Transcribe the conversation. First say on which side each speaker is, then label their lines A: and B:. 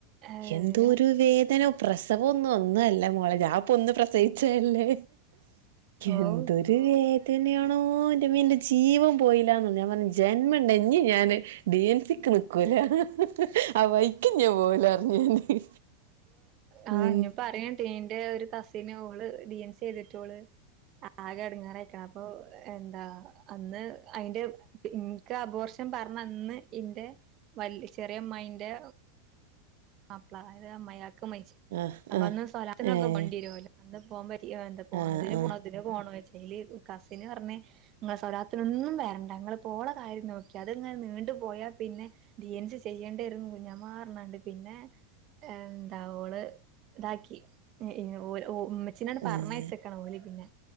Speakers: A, on the right (about 30°); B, on the right (about 75°).
A: ഏഹ്
B: എന്തോരു വേദന പ്രസവൊന്നും ഒന്നുഅല്ല മോളെ ഞാപ്പ ഒന്ന് പ്രസവിച്ചല്ലേ
A: ഓഹ്
B: എന്തൊരുവേ തന്നെയാണോൻ്റെമ്മേ ന്റെ ജീവൻ പോയില്ലാന്ന് ഞാൻ പറഞ്ഞ് ജന്മണ്ടെ ഇഞ് ഞാന് ഡീഎൻസിക്ക് നിക്കൂല ആ വൈക്ക്‌ ഇഞ് പോവുലാർഞ് ഞാന്
A: ആഹ്
B: ഉം
A: ഇനി പറയൻട്ടെ ന്റെ കസിന് ഓള് ടി എൻ സി സെയ്തിട്ട് ഓള് ആകെ എടങ്ങേറായ്ക്കണ് അപ്പൊ എന്താ അന്ന് അയ്ന്റെ പിൻ ക്ക് അപോർഷൻ പർ ന്ന അന്ന് ഇന്റെ വല്യ ചെറിയമ്മായിന്റെ മാപ്പ്ളാരെ അമ്മായാക്ക മൈച്ച്
B: ആഹ്
A: അപ്പൊ
B: ആഹ് ആഹ്
A: അന്ന് സ്വലാത്തിനൊക്കെ
B: ഏഹ്
A: പോണ്ടിരോലോ അന്ന് പോമ്പ റ്റ്യി എന്താ
B: ആഹ്
A: അതിന്
B: ആഹ്
A: പോണോ ഇതിന് വെച്ച് ന്റെയ്ല് കസിന് പർഞ് നിങ്ങള് സ്വലാത്തിനൊന്നും വരണ്ട ഇങ്ങള്പ്പ ഓള കാര്യം നോക്കിയാ അത്ങ്ങനെ നീണ്ട് പോയാ പിന്നെ ഡി എൻ സി ചെയ്യേണ്ടിരും കുഞ്ഞമ്മാ പർഞ്ഞാണ്ട് പിന്നെഎന്താ ഓള് ഇതാക്കി <unintelligible> ച്ച്നത് പർഞ്ഞയ്ച്ച്ക്ക്‌ണ്
B: ഏഹ്
A: ഓല് പിന്നെ